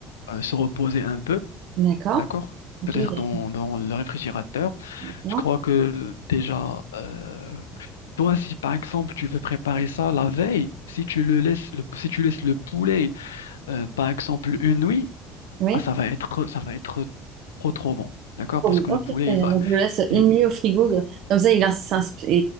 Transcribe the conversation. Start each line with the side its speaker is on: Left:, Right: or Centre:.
Left: euh, se reposer un peu,
Right: D'accord.
Left: d'accord?
Right: Ok,
Left: Peut-être
Right: j'ai-
Left: dans, dans le réfrigérateur.
Right: d'accord.
Left: Je crois que déjà, euh, toi, si par exemple tu veux préparer ça la veille, si tu le laisses, le- si tu laisses le poulet, euh, par exemple, une nuit,
Right: Oui.
Left: ah, ça va être, ça va être trop, trop bon, d'accord?
Right: bon.
Left: Parce que
Right: Ok,
Left: le poulet,
Right: très
Left: il
Right: bien.
Left: va.
Right: Donc, je le laisse une
Left: il-
Right: nuit au frigo. Comme ça, il, ins- s'ins- et